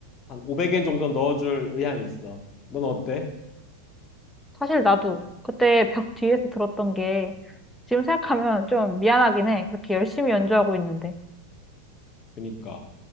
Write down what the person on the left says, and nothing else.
한 500엔 정도 넣어줄 의향이 있어. 넌 어때?
그니까.